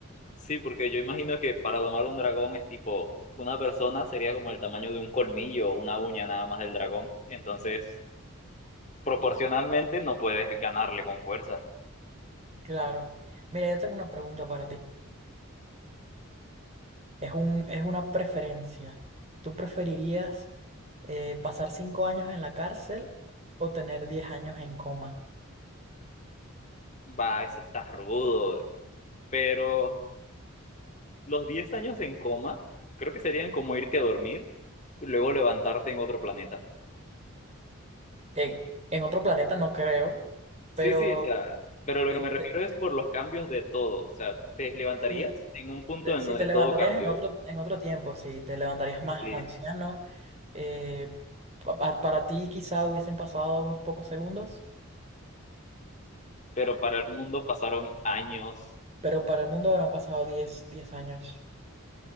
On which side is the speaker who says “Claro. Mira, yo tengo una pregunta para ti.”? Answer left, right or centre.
Right